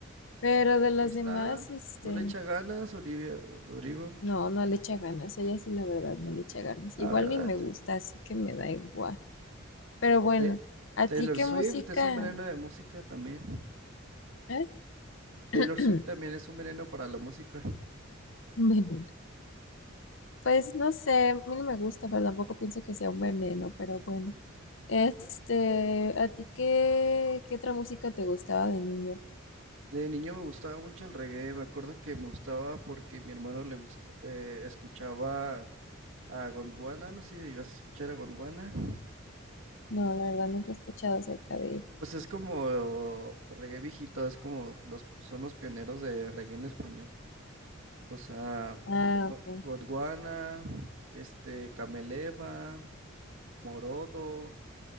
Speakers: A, on the left; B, on the right.
A: Pero de las
B: Ahí está.
A: demás, este,
B: No le echa ganas, Olivia Rodrigo.
A: no, no le echa ganas. Ella sí, la verdad, no le echa ganas.
B: La
A: Igual
B: verdad.
A: ni me gusta, así que me da igual. Pero bueno,
B: Te-
A: ¿a
B: Taylor
A: ti qué
B: Swift
A: música?
B: es un veneno de música también.
A: ¿Eh?
B: Taylor
A: <clears throat>
B: Swift también es un veneno para la música.
A: Bueno. Pues no sé, a mí no me gusta, pero tampoco pienso que sea un veneno, pero bueno. Este, ¿a ti qué, qué otra música te gustaba de niño?
B: De niño me gustaba mucho el reggae, me acuerdo que me gustaba porque mi hermano le gusta, eh, escuchaba a Gondwana, no sé si llegas a escuchar a Gondwana.
A: No, la verdad nunca he escuchado acerca de ella.
B: Pues es como reggae viejito, es como los, son los pioneros de reggae en español. O sea,
A: Ah,
B: Go-
A: ok.
B: Gondwana, este, Cameleva, Morodo.